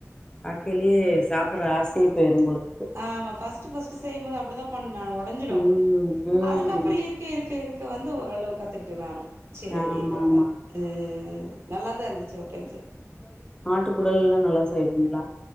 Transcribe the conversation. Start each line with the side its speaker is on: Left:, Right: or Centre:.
Left: பாக்கையிலயே சாப்புடுற ஆச <unintelligible>
Right: ஆமா ஃபஸ்ட் ஃபஸ்ட் மோது அப்படி தா பண்ணா உடைஞ்சிரும்
Left: ம் ம்
Right: அதுக்க அப்புற இருக்கு இருக்கு இருக்கு இது வந்து ஓரளவு கத்துக்கிட்டே நானு சேரி
Left: ஆமா
Right: <unintelligible> ம்
Left: ஆமா
Right: நல்லாதா இருந்துச்சு ஒரு டைம் செ
Left: ஆட்டுக்குடல் எல்லா நல்லா செய்வீங்களா